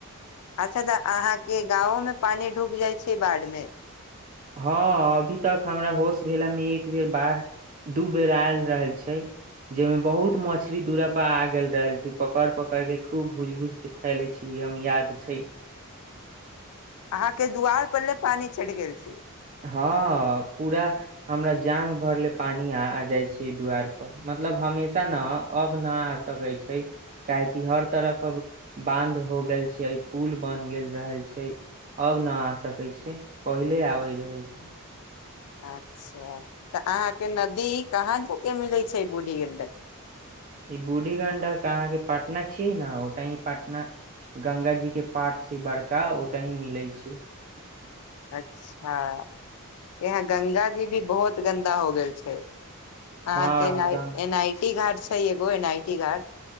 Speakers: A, on the left (about 75°); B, on the right (about 35°).
A: अच्छा तऽ अहाँ के गाँव में पानी ढूक जाइ छै बाढ़ मे
B: हँ अभी तक हमरा होश भेलामे एक बेर बाढ़ दू बेर आयल रहल छै जय में बहुत मछरी दूरा पर आ गेल रहल छी पकड़ पकड़ के खूब भूज भूज के खयले छी हम याद छै
A: अहाँ के दुआर पर ले पानी चढ़ि गेल छी
B: हँ पूरा हमरा जांग भरले पानी आ जाइ छै दुवार पर मतलब हमेशा ने अब न आ सकै छै काहेकि हर तरफ अब बांध हो गेल छै पुल बन गेल रहल छै अब न आ सकैत छै पहिले आबैत रहै छै
A: अच्छा तऽ अहाँके नदी कहाँ जा के मिलैत छै बूढ़ी गंडक
B: ई बूढ़ी गंडक अहाँके पटना छियै ने ओतहि पटना गंगा जी के पाठ छै बड़का ओते ही मिले छै
A: अच्छा यहाँ गंगा जी भी बहुत गन्दा हो गेल छै अहाँके
B: हँ
A: एना
B: गंग
A: एनआइटी घाट छै एगो एनाइटी घाट